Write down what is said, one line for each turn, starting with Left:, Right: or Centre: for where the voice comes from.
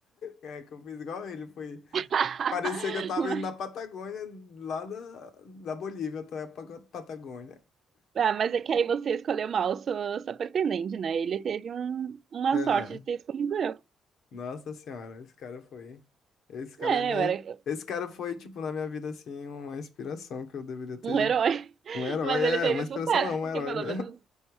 Left: É, que eu fiz igual ele, foi.
Right: <laughs>
Left: Parecia que eu tava
Right: Mas-
Left: indo na Patagônia, lá da, da Bolívia até a Pa- Patagônia.
Right: Ah, mas é que aí você escolheu mal sua, sua pretendente, né? Ele teve um- uma
Left: É.
Right: sorte de ter escolhido eu.
Left: Nossa senhora, esse cara foi. Esse cara
Right: É,
Left: é meio.
Right: eu era,
Left: Esse cara foi, tipo, na minha vida, assim, uma inspiração que eu deveria ter.
Right: um herói. <laughs>
Left: Um herói,
Right: Mas
Left: é,
Right: ele teve
Left: uma inspiração
Right: sucesso,
Left: não,
Right: porque
Left: um herói
Right: pelo
Left: mesmo.
Right: menos
Left: <laughs>